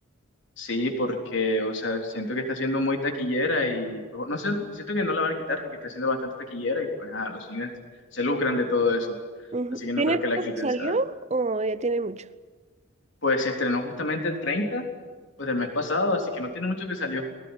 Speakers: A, on the left (about 65°); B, on the right (about 35°).
A: Sí, porque, o sea, siento que está siendo muy taquillera y, pues, no sé, siento que no la van a quitar, ya que está siendo bastante taquillera y, pues, a los cines se lucran de todo eso.
B: Ujú.
A: Así que no
B: ¿Tiene
A: creo que
B: poco
A: la quiten,
B: que salió
A: ¿sabes?
B: o ya tiene mucho?
A: Pues se estrenó justamente el 30, pues, del mes pasado, así que no tiene mucho que salió,